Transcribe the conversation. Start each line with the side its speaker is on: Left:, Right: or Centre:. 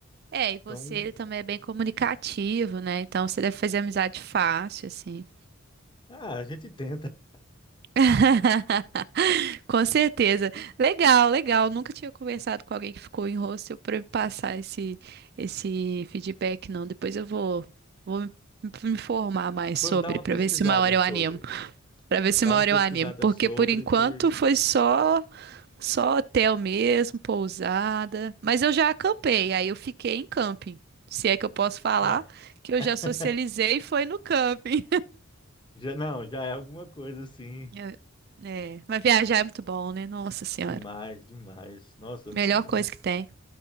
Right: É, e
Left: Então,
Right: você ele também é bem comunicativo, né? Então você deve fazer amizade fácil, assim.
Left: ah, a gente <laughs> tenta.
Right: <laughs> Com certeza. Legal, legal. Nunca tinha conversado com alguém que ficou em hostel para me passar esse, esse feedback, não. Depois eu vou, vou me me informar mais
Left: Pois
Right: sobre,
Left: dá uma
Right: para
Left: pesquisada
Right: ver se uma hora eu
Left: sobre.
Right: animo. Pra ver se
Left: Dá
Right: uma hora
Left: uma pesquisada
Right: eu animo. Porque
Left: sobre
Right: por enquanto
Left: que.
Right: foi só só hotel mesmo, pousada. Mas eu já acampei, aí eu fiquei em camping. Se é que eu posso falar
Left: É.
Right: que eu
Left: <laughs>
Right: já socializei
Left: É.
Right: foi no camping.
Left: Já, não, já é alguma coisa assim.
Right: <laughs> É, é, mas viajar é muito bom, né? Nossa Senhora.
Left: Demais, demais. Nossa,
Right: Melhor
Left: n- não,
Right: coisa que tem.